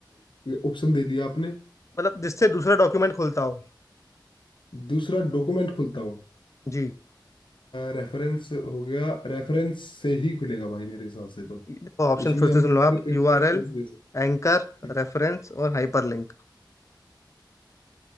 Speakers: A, on the left; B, on the left.
A: ऑप्शन दे दिया आपने
B: मतलब जिससे दूसरा डॉक्यूमेंट खुलता हो
A: दूसरा डॉक्यूमेंट खुलता हो
B: जी
A: रेफरेंस हो गया रेफरेंस से ही खुलेगा भाई मेरे हिसाब से तो
B: देखो ऑप्शन
A: उसमें
B: फिर से
A: हम
B: सुन
A: दूसरे
B: लो आप
A: पेज
B: यूआरएल
A: की रेफरेंस दे सकते
B: एंकर
A: हैं
B: रेफरेंस और हाइपरलिंक